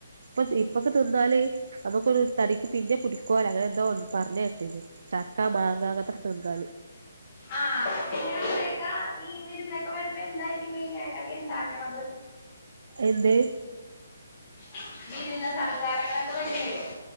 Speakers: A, on the right (about 65°); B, on the left (about 30°).
A: ഇപ്പൊ ഇപ്പൊക്കെ തിന്നാല് നമുക്കൊരു തടിക്ക് പിന്നെ പിടിക്കോലൊ അങ്ങനെ എന്തോ പറഞ് കെട്ടേക്കണ് ചക്കാ മാങ്ങാ അങ്ങനെതെക്കെ തിന്നാല് -
B: ആ <unintelligible> ആ ഈ വിരുന്നൊക്കെ വരുമ്പോ എന്തായിരിക്കും മെയിനായിട്ടൊക്കെ ഇണ്ടാക്കണത്
A: എന്ത്
B: <unintelligible> സൽക്കാരങ്ങളൊക്കെ വേണ്ടേ